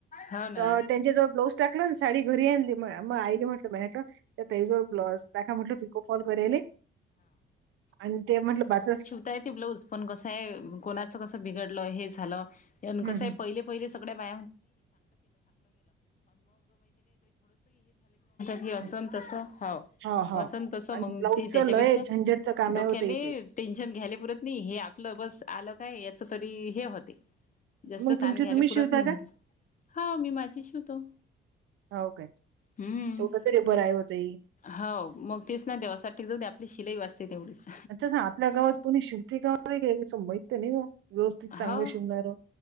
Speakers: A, on the left; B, on the right.
A: हो ना
B: त त्यांच्या टाक ना साडी घरी आणली मग मग आईली भैय्या कड तेयजवळ म्हटलं पिको कॉल करायले. आणि ते म्हटलं बता
A: बज पण कस कोणाच कस बिघडलं हे झालं कसं
B: हम्म
A: पहिलं पण <unintelligible> ह असंतस
B: हम्म.
A: ह
B: हा हा
A: असंतस मग
B: आणि ब्लाऊजचं
A: ती त्याच्यापेक्षा
B: लय झंझटचं काम
A: डोक्याले
B: आहे हो ताई ते.
A: टेन्शन घ्याले पुरत नाही. हे आपलं बस आलं काय याच तरी हे होते. जास्त
B: मग
A: ताण
B: तुमची
A: घ्यायला
B: तुम्ही
A: पुरत
B: शिवता
A: नाही
B: काय?
A: म्हटलं. हो मी माझी शिवतो.
B: हो काय?
A: हम्म
B: तेवढ तरी बर आहे हो ताई.
A: हो मग तीच ना देवसाठी जाऊ आपली शिलाई वाचते तेवढीच.
B: अच्छा आपल्या गावात कोणी शिवते का कां माहित नाही ना व्यवस्थित चांगलं
A: हो
B: शिवणारं.